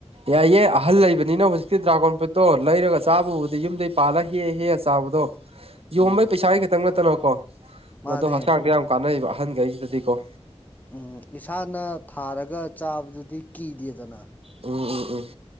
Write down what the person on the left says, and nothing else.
ꯎꯝ
ꯃꯥꯅꯦ
ꯎꯝ ꯏꯁꯥꯅ ꯊꯥꯔꯒ ꯆꯥꯕꯗꯨꯗꯤ ꯀꯤꯗꯦꯗꯅꯥ